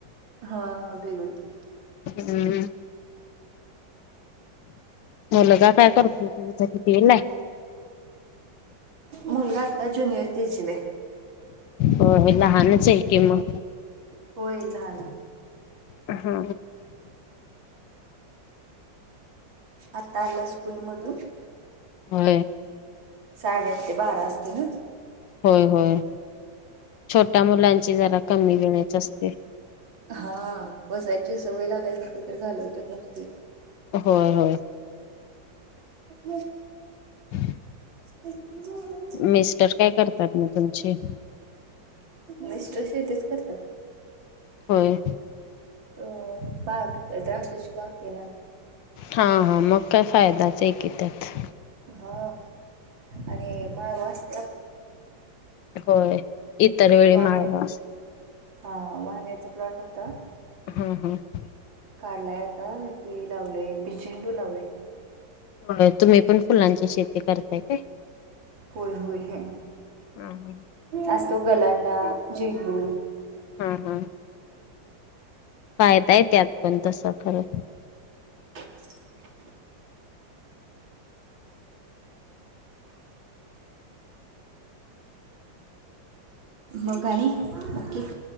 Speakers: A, on the right; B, on the left.
A: हा बेघडते
B: हम्मम म लगा काय करतो तु तेल आहे
A: मुलगाता ज्युनियर के जी ला आहे.
B: हो लहानच आहे की मग
A: होयललं
B: हा
A: आता आला स्कूल मधून
B: हो
A: साडे अठ ते बारा असते ना
B: होय होय छोट्या मुलांची जरा कमी वेळेच असते
A: हा बसायच्या सवयीला व्यासात तर घालवतच नसते
B: होय होय
A: ब
B: ह
A: <unintelligible>
B: मिस्टर काय करतात मग तुमचे.
A: मिस्टर शेतीच करतात.
B: होय.
A: अ बाग द्राक्षाची बाग तेन आहे.
B: हा हा मग काय फायदाच आहे की त्यात.
A: हा आणि माळ वाचते
B: होय इतर वेळी
A: वांग्यात
B: माळव असतं.
A: हा वांग्याच प्लॉट होता.
B: हम्म हम्म
A: काढलाय आता कि लावलंय भी झेंडू लावलय.
B: हो तुम्ही पण फुलांची शेती करताय काय
A: होय होय हे
B: हा हा
A: आज तो गलांडा झिंगू
B: हम्म हम्म पाहताय त्यात पण तस खरं.
A: <inaudible> मग आणि बाकी.